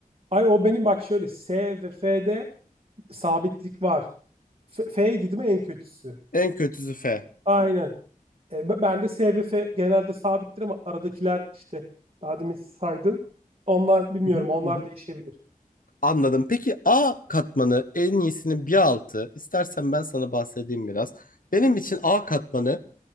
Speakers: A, on the right; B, on the left.
A: Ay o benim bak şöyle S ve F'de sabitlik var. F, F'ydi değil mi en kötüsü?
B: En kötüsü F.
A: Aynen. E, ben de SVF genelde sabittir ama aradakiler işte daha demin saydın. Onlar bilmiyorum
B: Hı hı,
A: onlar
B: hı hı.
A: değişebilir.
B: Anladım. Peki A katmanı en iyisinin bir altı. İstersen ben sana bahsedeyim biraz. Benim için A katmanı